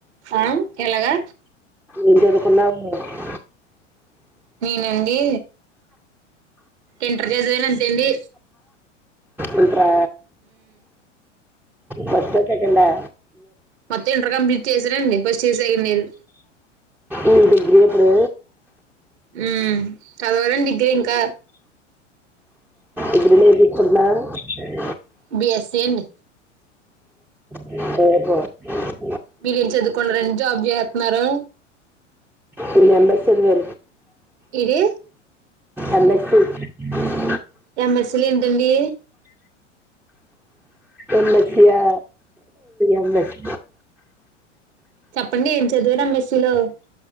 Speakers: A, on the right (about 65°); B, in the centre.
A: ఆ ఎలాగా
B: ఏం చదువుకున్నావు <unintelligible> <inaudible>
A: నేనండి ఇంటర్ చదివాను అంతేండి
B: <inaudible> ఆ ఫస్ట్ ఆ సెకండ్ ఆ
A: మొత్తం ఇంటర్ కంప్లీట్ చేసానండి ఫస్ట్ ఇయర్ సెకండ్ ఇయర్
B: ఈయన డిగ్రీ ఎప్పుడు
A: మ్మ్ చదవాలండి డిగ్రీ ఇంకా
B: ఏవండీ ఇది ఎక్కడున్నా సరే
A: బి ఎస్ ఏమి
B: హ్మ్ హు
A: మీరు ఏం చదువుకున్నారండి జాబ్ చేసేతున్నారు
B: B A M S M E
A: ఇది
B: కండక్ట్రు ఉ <inaudible>
A: ఎమ్ ఎస్ లో ఏంటండి
B: M S yeah M S
A: చెప్పండి ఏం చదివరా మెస్సీలో